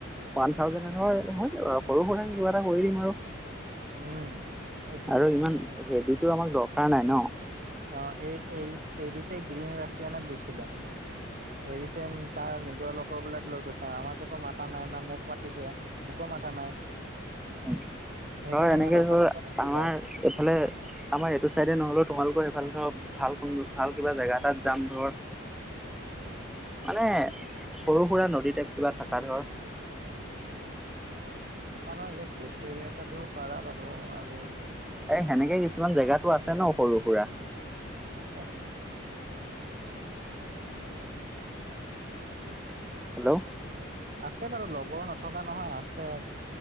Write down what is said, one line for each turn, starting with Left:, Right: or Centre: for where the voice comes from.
Centre: ওৱান থাউজেন্ড হয়-হয় সৰু সুৰা কিবা এটা কৰি দিম আৰু
Right: উম এতি
Centre: আৰু ইমান হেভিটো আমাক দৰকাৰ নাই ন'।
Right: অ', এই এৰিছ এৰিচে গ্ৰীণ ৰাছিয়ানত গৈছিলে এৰিচেন তাৰ তেওঁলোকৰ বিলাক লৈ গৈছে, আমাকটো মাতা নাই না মোক মাতিছে মোকো মাতা নাই।
Centre: ধৰ
Right: সেইকাৰণে
Centre: এনেকে
Right: সিহঁতক
Centre: ধৰ
Right: মাতি কেনে কি
Centre: আমাৰ
Right: লাভ
Centre: এইফালে আমাৰ এইটো চাইডে নহ'লেও তোমালোকৰ এইফালে ধৰ ভাল কোন ভাল কিবা জেগা এটাত যাম ধৰ মানে সৰু সুৰা নদী টাইপ কিবা থকা ধৰ।
Right: পাৰা ইয়াত বেছ এৰিয়া চাইদেও পাৰা বাৰু আৰু
Centre: এ সেনেকে কিছুমান জেগাতো আছে ন' সৰু সুৰা
Right: আছে-আছে।
Centre: হেল্ল'
Right: আছে বাৰু লগৰ নথকা নহয় আছে।